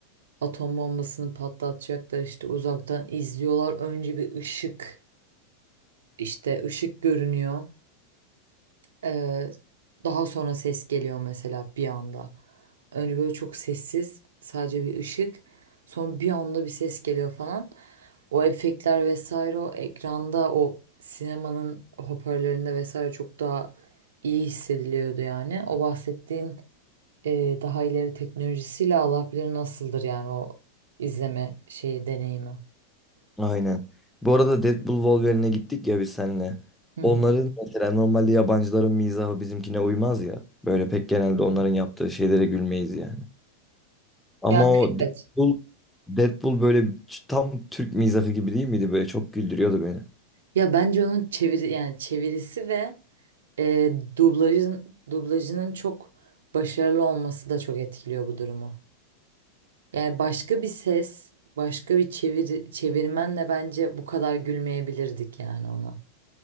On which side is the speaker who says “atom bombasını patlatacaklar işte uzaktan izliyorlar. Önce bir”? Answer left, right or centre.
Right